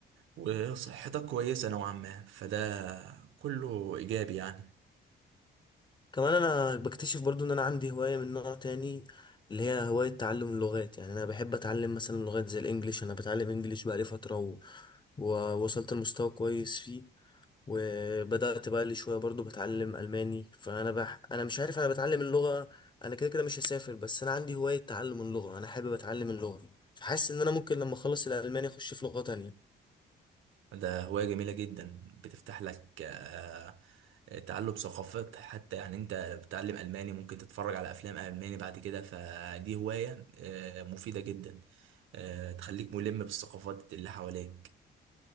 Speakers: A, on the right; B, on the left.
A: وصحتك كويسة نوعا ما فده كله إيجابي يعني
B: كمان انا بكتشف برضو ان انا عندي هواية من نوع تاني اللي هي هواية تعلم اللغات يعني انا بحب اتعلم مثلا لغات زي الانجليش انا بتعلم انجليش بقالي فترة و... ووصلت لمستوى كويس فيه وبدأت بقى لي شوية برضو بتعلم ألماني فأنا بح... أنا مش عارف أنا بتعلم اللغة أنا كده كده مش هسافر بس أنا عندي هواية تعلم اللغة أنا حابب أتعلم اللغة فحاسس إن أنا ممكن لما أخلص الألماني أخش في لغة تانية
A: ده هواية جميلة جدا بتفتح لك آه، تعلم ثقافات حتى يعني انت بتتعلم ألماني ممكن تتفرج على أفلام ألماني بعد كده فدي هواية آه، مفيدة جدا آه، تخليك ملم بالثقافات اللي حواليك